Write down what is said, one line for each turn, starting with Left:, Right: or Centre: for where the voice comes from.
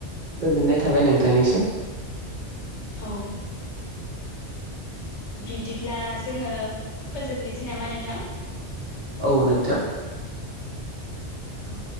Right: गोजोननाय थाबाय नोंथांनिसिम।
Left: औ बिब्दिब्ला जोङो फोजोबनोसै नामा नोंथां।
Right: औ नोंथां।
Left: औ।